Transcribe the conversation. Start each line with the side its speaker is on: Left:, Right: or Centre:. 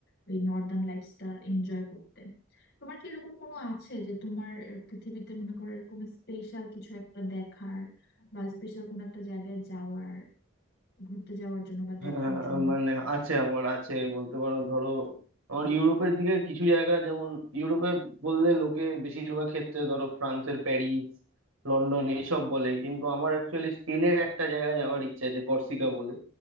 Left: ওই নর্দার্ন লাইটসটা এনজয় করতে তোমার কি এরকম কোনো আছে যে তোমার পৃথিবীতে মনে করো এরকম স্পেশাল কিছু একটা দেখার বা স্পেশাল কোনো একটা জায়গায় যাওয়ার ঘুরতে যাওয়ার জন্য বা
Right: আহ,
Left: দেখার জন্য
Right: মানে আছে আমার আছে বলতে পারো ধরো আমার ইউরোপের দিকে কিছু জায়গা যেমন ইউরোপে বললে লোকে বেশিরভাগ ক্ষেত্রে ধরো ফ্রান্সের প্যারিস লন্ডন এইসব বলে কিন্তু আমার অ্যাকচুয়ালি স্পেনের একটা জায়গায় যাওয়ার ইচ্ছা আছে কর্সিকা বলে